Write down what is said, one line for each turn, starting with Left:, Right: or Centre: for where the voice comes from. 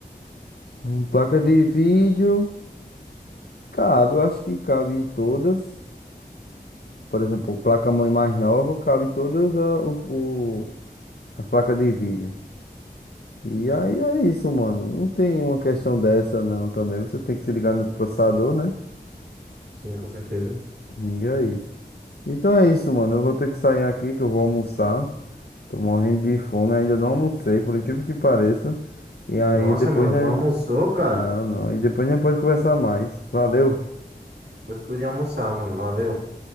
Left: Hum, Placa de vídeo, cabe, eu acho que cabe em todas. Por exemplo, placa-mãe mais nova cabe todas a- os, o- as placas de vídeo. E aí é isso, mano. Não tem uma questão dessa, não, também. Você tem que se ligar nos processador, né?
Right: Sim, com certeza.
Left: E é isso. Então é isso, mano. Eu vou ter que sair aqui que eu vou almoçar. Tô morrendo de fome, ainda não almocei, por incrível que pareça. E aí
Right: Nossa,
Left: depois,
Right: mano,
Left: né?
Right: não almoçou, cara?
Left: Não, não. E depois a gente pode conversar mais. Valeu.
Right: Vou escolher almoçar, mano. Valeu.